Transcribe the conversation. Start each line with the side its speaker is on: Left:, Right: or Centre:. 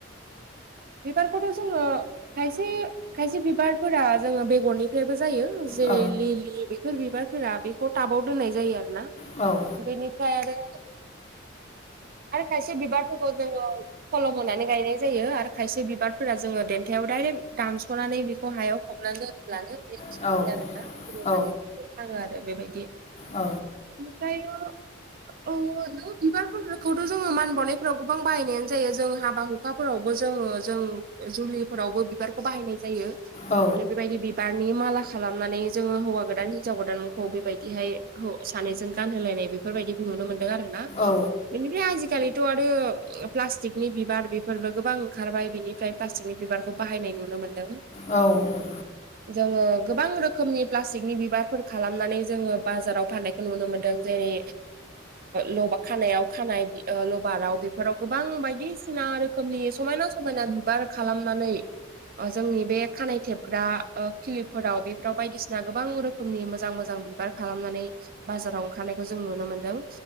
Right: बिबारखौथ' जोङो खायसे खायसे बिबारफोरा जोङो बेगरनिफ्रायबो जायो। जेरै
Left: औ
Right: लिलि बेफोर बिबारफोरा बेखौ टाबाव दोननाय जायो आरोना।
Left: औ
Right: बेनिफ्राय आरो आरो खायसे बिबारफोरखौ जोङो खल'म होनानै गायनाय जायो आरो खायसे बिबारफोरा जोङो देन्थायाव दाइरेक्ट दानस'नानै बेखौ हायाव हबनानै दोनब्लानो बे खिलियो
Left: औ
Right: आरोना खिलिनानै
Left: औ
Right: थाङो आरो बेबायदि
Left: औ
Right: आमफ्रायो ओ नों बिबारफोरखौथ' जोङो मान बावनायफोराव गोबां बाहायनायानो जायो जों हाबा हुखाफोरावबो जोङो जों जुलिफोरावबो बिबारखौ बाहायनाय जायो
Left: औ
Right: आरो बेबायदिनो बि बारनि माला खालामनानै जोङो हौवा गोदान हिनजाव गोदानखौ बेबायदिहाय सानैजों गानहोलायनाय बि फोरबायदिबो नुनो मोन्दों आरो। ना?
Left: औ
Right: बेनिफ्राय आजिखालिथ' आरो प्लास्टिकनि बिबार बेफोरबो गोबां ओंखारबाय बिनिफ्राय प्लास्टिकनि बिबारखौ बाहायनाय नुनो मोन्दों।
Left: औ औ
Right: जोङो गोबां रोखोमनि प्लास्टिकनि बिबारफोर खालामनानै जोङो बाजाराव फाननायखौ नुनो मोनदों जेरै ल खानायाव खानाय लबाराव बेफोराव गोबां बायदिसिना रोखोमनि समायना समायना बिबार खालामनानै जोंनि बे खानाय थेबग्रा किलिब फोराव बेफोराव बायदिसि ना गोबां रोखोमनि मोजां मोजां बिबार खालामनानै बाजाराव ओंखारनायखौ जों नुनो मोनदों।